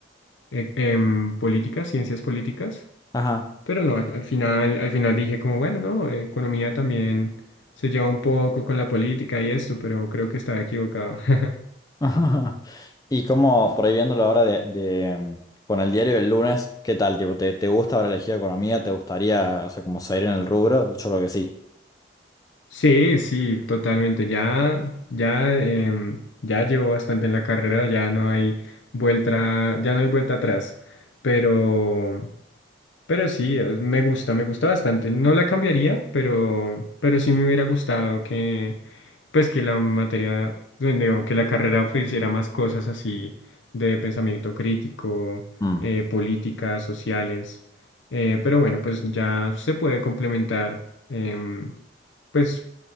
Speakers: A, on the left; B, on the left.
A: e- em, políticas, ciencias políticas
B: Ajá.
A: Pero no, al, al final, al final dije como, bueno, no, eh, economía también se lleva un poco con la política y esto, pero creo que estaba equivocado. <laughs>
B: <laughs> Ajá. Y como por ahí viéndolo ahora de, de, mm, con el diario del lunes, ¿qué tal? Tipo, ¿te, te gusta haber elegido economía? ¿Te gustaría, o sea, como seguir en el rubro? Yo creo que sí.
A: Sí, sí, totalmente. Ya, ya, em, ya llevo bastante en la carrera, ya no hay vuelta, ya no hay vuelta atrás. Pero, Pero sí, eh, me gusta, me gusta bastante. No la cambiaría, pero, pero sí me hubiera gustado que, pues que la materia, bueno, digo, que la carrera ofreciera más cosas así de pensamiento crítico,
B: Mm.
A: eh, políticas, sociales. Eh, pero bueno, pues ya se puede complementar, em, pues